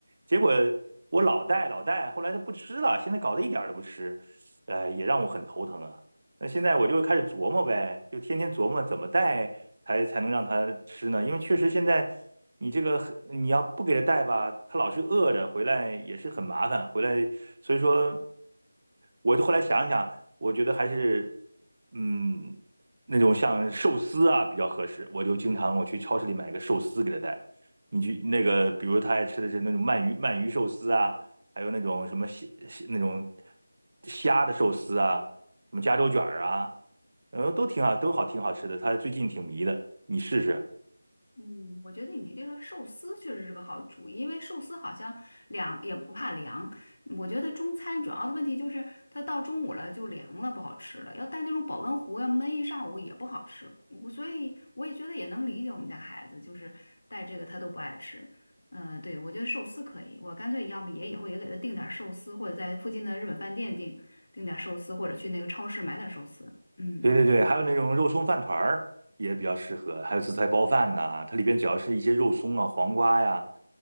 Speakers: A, on the right; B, on the left.
A: 结果我老带老带，后来他不吃了，现在搞得一点儿都不吃，哎，也让我很头疼啊。那现在我就开始琢磨呗，就天天琢磨怎么带才才能让它吃呢？因为确实现在你这个你要不给它带吧，它老是饿着，回来也是很麻烦。回来，所以说，我就后来想一想，我觉得还是嗯那种像寿司啊比较合适。我就经常我去超市里买个寿司给它带。你去那个，比如他爱吃的是那种鳗鱼鳗鱼寿司啊，还有那种什么虾那种虾的寿司啊。什么加州卷儿啊，呃，都挺好，都好，挺好吃的。他最近挺迷的，你试试。
B: 嗯，我觉得你这个寿司确实是个好主意，因为寿司好像凉也不怕凉。我觉得中餐主要的问题就是它到中午了就凉了，不好吃了。要带那种保温壶，要闷一上午也不好吃。我所以我也觉得也能理解我们家孩子，就是带这个他都不爱吃。嗯、对，我觉得寿司可以，我干脆要么也以后也给他订点儿寿司，或者在附近的日本饭店订订点儿寿司，或者去那个超市买点儿寿司。嗯。
A: 对对对，还有那种肉松饭团儿也比较适合，还有紫菜包饭呐，它里边只要是一些肉松啊、黄瓜呀、